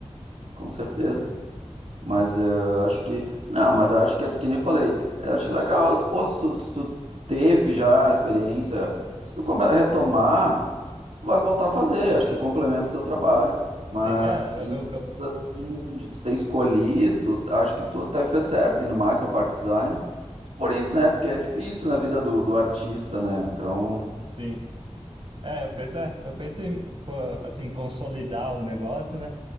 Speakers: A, on the right; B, on the right.
A: com certeza. Mas eh, eu acho que. Não, mas acho que, que nem eu falei, eu acho legal, se, pô, se tu, se tu teve já a experiência, se tu come- retomar, tu vai voltar a fazer, acho que complementa o teu trabalho. Mas
B: Sim, é, eu,
A: em
B: eu,
A: termos
B: eu-
A: assim, de tu ter escolhido, acho que tu até fez certo, indo mais pra parte do design. Por isso, né? Porque é difícil na vida do, do artista, né? Então,
B: sim. É, eu penso, é, eu penso em, co- assim, consolidar um negócio, né?